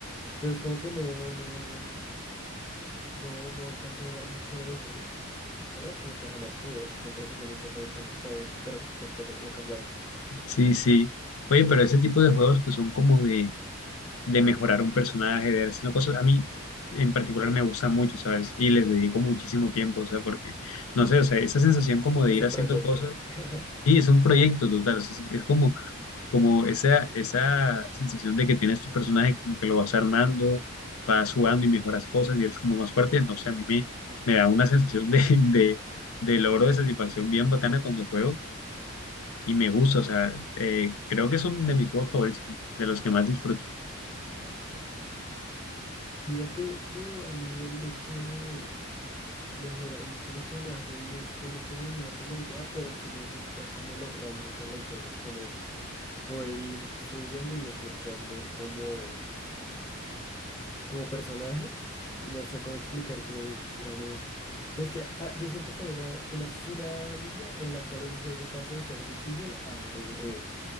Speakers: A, on the left; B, on the left.
A: Entonces como que no, no. No, no alcancé a jugar mucho de eso. Ahora es como que jamás tuve, o sea, siempre jugué mucho fue en el computador, pero después de que lo cambiamos.
B: Sí, sí. Oye, pero ese tipo de juegos que son como de, de mejorar un personaje, de hacer cosas, a mí en particular me gusta mucho, ¿sabes? Y les dedico muchísimo tiempo, o sea, porque, no sé, o sea, esa sensación como de
A: Es
B: ir
A: un
B: haciendo
A: proyecto.
B: cosas,
A: <laughs>
B: sí, es un proyecto total, o sea, es es como como esa, esa sensación de que tienes tu personaje, como que lo vas armando, vas jugando y mejoras cosas y eres como más fuerte, no sé, a mí me, me da una sensación <laughs> de, de, de logro, de satisfacción bien bacana cuando juego y me gusta, o sea, eh, creo que son de mis juegos favoritos, de los que más disfruto.
A: Mira que, que a mí el hecho de mejorar un personaje no es como que me mate la idea, pero sí me gusta como los rangos en los juegos, como poder ir subiendo y desbloqueando como como personajes, no sé cómo explicártelo, di- digamos, pero es que ah, yo siento que hay una, una fina línea en la cual un juego pasa de ser difícil a aburrido.